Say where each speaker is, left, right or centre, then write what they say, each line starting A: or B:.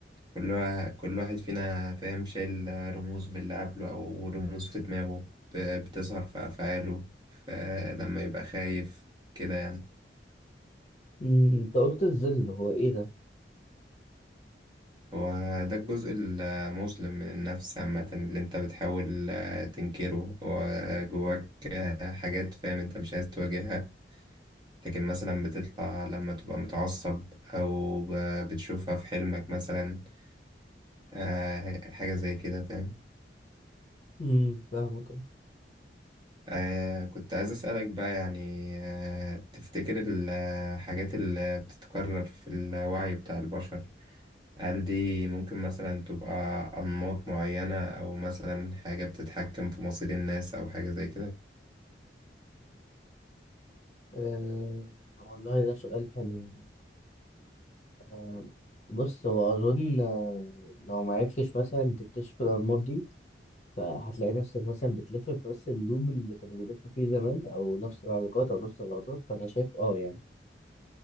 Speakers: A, on the right; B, on the left.
A: كل وا- كل واحد فينا فاهم شايل آه، رموز من اللي قبله او رموز في دماغه ب- بتظهر في افعاله ف- لما يبقى خايف كده يعني
B: أمم، انت قلت الظل هو ايه ده؟
A: هو ده الجزء المظلم من النفس عامة اللي انت بتحاول آه، تنكره وجواك آه، حاجات فاهم انت مش عايز تواجهها لكن مثلا بتطلع لما تبقى متعصب أو ب- بتشوفها في حلمك مثلا آه، حاجة زي كده فاهم
B: امم فاهمه ده
A: آه، كنت عايز أسألك بقى يعني آه، تفتكر الحاجات اللي بتتكرر في الوعي بتاع البشر هل دي ممكن مثلا تبقى أنماط معينة أو مثلا حاجة بتتحكم في مصير الناس أو حاجة زي كده؟
B: آه والله ده سؤال حلو يعني آه بص هو أظن آه، لو معرفتش مثلا تكتشف الأنماط دي فهتلاقي نفسك مثلا بتلف في نفس اللوب اللي كانوا بيلفوا فيه زمان أو نفس العلاقات أو نفس الغلطات فأنا شايف اه يعني